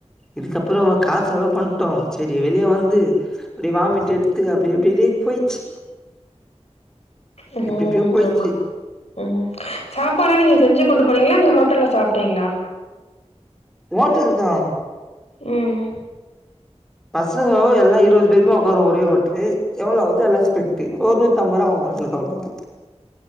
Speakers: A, in the centre; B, on the left.
A: இதுக்கப்புறோ காசு செலவு பண்ட்டோ சரி வெளியே வந்து அப்டி வாமிட் எடுத்து அப்டி எப்டி எப்டினு போயிச்சு
B: அத
A: எப்டி எப்டியோ போயிச்சு
B: ஆமா ம் சாப்பாலா நீங்க செஞ்சு கொண்டு போரீங்களா இல்ல ஹோட்டல்ல சாப்ட்டீங்களா
A: ஓட்டல் தா
B: ம்
A: பசங்கோ எல்லா இருவது பேருமே ஒக்காருவோ ஒரே ஓட்லு எவ்வளோ வருதோ எல்லா ஸ்பிலிட்டு ஒரு நூத்தம்பருவா ஆவு ஒரு ஆளுக்கு